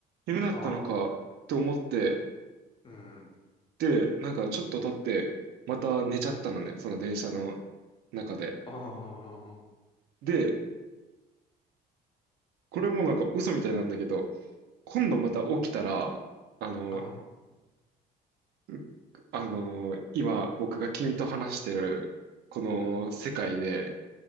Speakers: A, on the right; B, on the left.
A: 夢だったのかと思って、
B: ああ。うん。
A: で、なんかちょっと経って、また寝ちゃったのね、その電車の中で。
B: ああ。
A: で、これもなんか嘘みたいなんだけど、今度また起きたら、あの、
B: ああ。
A: うあのー今僕が君と話してるこの世界で、
B: うん。